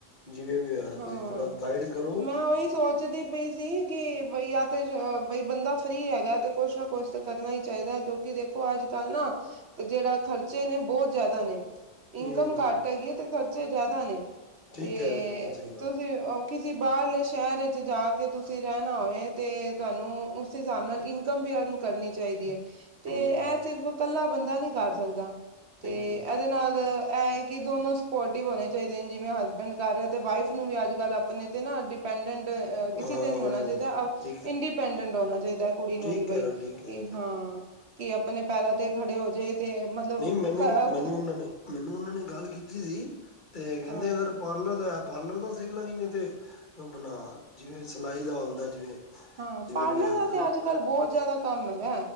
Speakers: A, on the left; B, on the right.
A: ਜਿਵੇਂ ਵੀ ਹੋਏਆ
B: ਹਾਂ
A: ਤੂਸੀ ਥੋੜਾ ਗਾਈਡ ਕਰੋ।
B: ਮੈਂ ਉਹੀ ਸੋਚਦੀ ਪਈ ਸੀ, ਕਿ ਬਈ ਯਾ ਤੇ ਬਈ ਬੰਦਾ ਫ੍ਰੀ ਹੈਗੈ ਤੇ ਕੁਛ ਨਾ ਕੁਛ ਤੇ ਕਰਨਾ ਈ ਚਾਈਦਾ, ਕਿਉਂਕਿ ਦੇਖੋ ਅੱਜ-ਕੱਲ ਨਾ ਜੇੜਾ ਖਰਚੇ ਨੇ ਬੋਤ ਜਾਦਾ ਨੇ।
A: ਹਮ
B: ਇਨਕਮ ਘਾੱਟ ਹੈਗੀ ਐ, ਤੇ ਖਰਚੇ ਜਾਦਾ ਨੇ,
A: ਠੀਕ
B: ਤੇ
A: ਕਹਿ ਰਹੇ ਬਿਲਕੁਲ ਸਹੀ ਗੱਲ
B: ਕਿਸੀ ਬਾਰਲੇ ਸੈ਼ਰ ਇਚ ਜਾ ਕੇ ਤੂਸੀ ਰੈਨਾ ਹੋਏ ਤੇ ਤੂਆਨੂੰ ਉਸੀ ਸ੍ਹਾਬ ਨਾਲ ਇਨਕਮ ਵੀ ਅਰਨ ਕਰਨੀ ਚਾਈਦੀ ਏ। ਤੇ
A: ਹਮ
B: ਐ ਸਿਰਫ਼ ਕੱਲਾ ਬੰਦਾ ਨੀ ਕਾਰ ਸਕਦਾ। ਤੇ
A: ਓਕੇ ਓਕੇ
B: ਏਦੇ ਨਾਲ ਐ ਏ ਕਿ ਦੋਨੋ ਸਪੋਰਟਿਵ ਹੋਨੇ ਚਾਈਦੇ ਨੇ, ਜਿਵੇਂ ਹਸਬੈਂਡ ਕਾਰ ਰੇਆ ਤੇ ਵਾਈਫ ਨੂੰ ਵੀ ਅੱਜ-ਕੱਲ ਅਪਨੇ ਤੇ ਨਾ ਡਿਪ ਡਿਪੈਂਡੰਟ ਕਿਸੇ
A: ਹਾਂ
B: ਤੇ ਨੀ
A: ਉਹਨਾਂ
B: ਹੋਨਾ
A: ਨੇ
B: ਚਾਈਦਾ,
A: ਠੀਕ ਹੈ
B: ਇੰਡੀਪੈਂਡੈਂਟ ਹੋਨਾ ਚਾਈਦਾ ਕੁੜੀ
A: ਠੀਕ
B: ਨੂੰ ਵੀ ਬਈ।
A: ਕਹਿ ਰਹੇ ਠੀਕ
B: ਕਿ
A: ਕਹਿ ਰਹੇ
B: ਹਾਂ, ਕਿ ਅਪਨੇ ਪੈਰਾਂ ਤੇ ਖੜੇ ਹੋਜੇ ਤੇ ਮਤਲਬ
A: ਨਹੀਂ ਮੈਨੂੰ
B: ਘਰਾਂ
A: ਮੈਨੂੰ ਉਹਨਾਂ ਨੇ ਮੈਨੂੰ ਓਨਾਂ ਨੇ ਗਾੱਲ ਕੀਤੀ ਸੀ ਤੇ ਕੈਂਦੇ
B: ਹਾਂ
A: ਅਗਰ ਪਾਰਲਰ ਦਾ ਪਾਰਲਰ ਦਾ ਸਿੱਖ ਲਾਂਗੀ ਕਿਤੇ, ਅਪਨਾ ਜਿਵੇਂ ਸਿਲਾਈ ਦਾ ਹੋਂਦੈ ਜਿਵੇਂ।
B: ਹਾਂ।
A: ਜਿਵੇਂ
B: ਪਾਰਲਰ
A: ਵੀ ਹੋਇਆ
B: ਦਾ
A: ਅੱਛਾ
B: ਤੇ ਅਜ-ਕਲ ਬੋਤ ਜਾਦਾ ਕੰਮ ਹੈਗੇ,